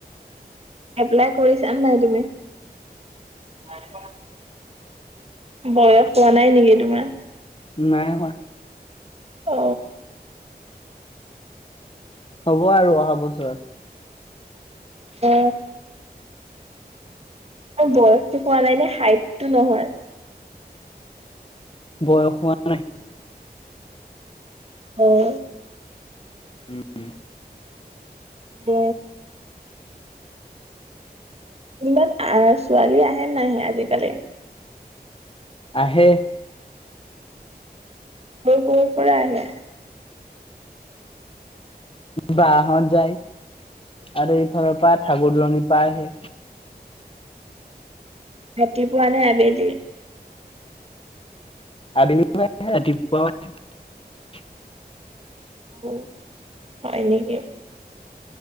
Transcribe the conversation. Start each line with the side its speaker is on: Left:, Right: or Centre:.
Right: এপ্লাই কৰিছা নে নাই তুমি? নাই কৰা। বয়স যোৱা নাই নেকি তোমাৰ।
Left: নাই হোৱা।
Right: অ।
Left: হ'ব আৰু অহা বছৰত।
Right: অ। বয়সটো হোৱা নাই নে হাইট টো নহয়।
Left: বয়স হোৱা নাই। উ <unintelligible>
Right: অহ।
Left: উম।
Right: ব। ইমান আহ ছোৱালী আহে নাহে আজিকালি।
Left: আহে।
Right: ক'ৰ ক'ৰ পৰা আহে।
Left: বা হঁত যায়। আৰু এইফালৰ পৰা ঠাগু দূৰণী পৰা আহে।
Right: ৰাতিপুৱা নে আবেলি
Left: আবেলিও আহে ৰাতিপুৱাও আহে।
Right: উম হয় নেকি।